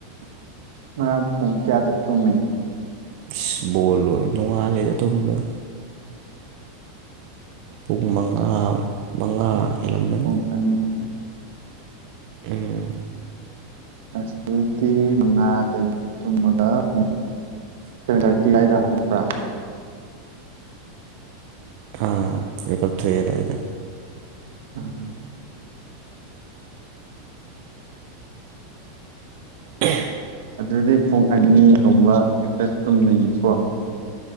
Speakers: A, on the right (about 75°); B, on the right (about 55°).
A: ꯉꯔꯥꯡ ꯄꯨꯡ ꯀꯌꯥꯗ ꯇꯨꯝꯃꯤ
B: ꯏꯁ ꯕꯣꯜ ꯂꯣꯏ ꯅꯣꯡꯉꯥꯜꯂꯦꯗ ꯇꯨꯝꯕꯗ ꯄꯨꯡ ꯃꯉꯥ ꯃꯉꯥ
A: ꯑꯣ
B: ꯍꯦꯜꯂꯝꯃꯅꯤ
A: ꯄꯨꯡ ꯑꯅꯤ ꯑꯍꯨꯝ
B: ꯎꯝ
A: ꯑꯁ ꯑꯗꯨꯗꯤ ꯃꯉꯥꯗꯒꯤ ꯇꯨꯝꯃꯒ ꯄꯨꯡ ꯁꯚꯦꯟ ꯊꯥꯔꯇꯤ ꯑꯗꯥꯏꯗ ꯍꯧꯕ꯭ꯔꯥ
B: ꯑꯥ ꯃꯤꯀꯞ ꯊꯣꯛꯑꯦ ꯑꯗꯥꯏꯗ
A: ꯎꯝ
B: ꯍ
A: ꯑꯗꯨꯗꯤ ꯄꯨꯡ ꯑꯅꯤꯒꯨꯝꯕ ꯈꯛꯇ ꯇꯨꯝꯃꯤꯅꯤꯀꯣ